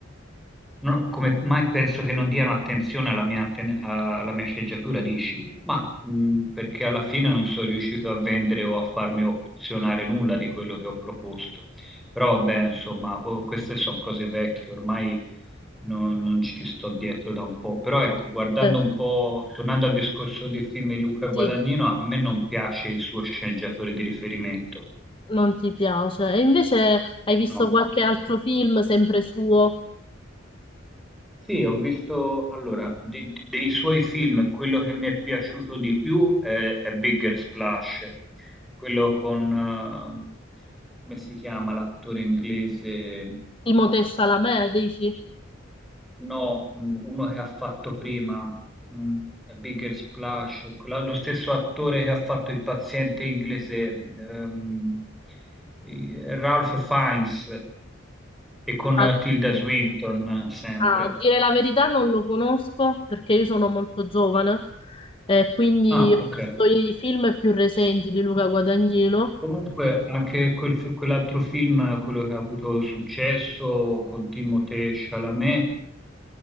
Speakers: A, in the centre; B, on the left.
A: No, come mai penso che non diano attenzione alla mia, atten- alla mia sceneggiatura, dici? Ma mh, perché alla fine non sono riuscito a vendere o a farmi opzionare nulla di quello che ho proposto. Però vabbè, insomma, oh, queste sono cose vecchie, ormai non, non ci sto dietro da un po'. Però ecco, guardando
B: Eh,
A: un po', tornando al discorso dei film di Luca Guadagnino,
B: sì,
A: a me non piace il suo sceneggiatore di riferimento,
B: non ti piace. E invece hai visto
A: no?
B: qualche altro film sempre suo?
A: Sì, ho visto allora di- dei suoi film, quello che mi è piaciuto di più è, è Bigger Splash, quello con, eh, come si chiama l'attore inglese?
B: Timothée Chalamet, dici?
A: No, mh, uno che ha fatto prima, mh, è Bigger Splash, quella- lo stesso attore che ha fatto il paziente inglese, ehm, eh, Ralph Fiennes, e con
B: Ah,
A: eh, Tilda Swinton eh, sempre.
B: A dire la verità non lo conosco perché io sono molto giovane, eh, quindi
A: Ah,
B: ho
A: ok.
B: visto i film più recenti di Luca Guadagnino
A: Comunque, anche quel fi- quell'altro film, quello che ha avuto successo con Timothée Chalamet, a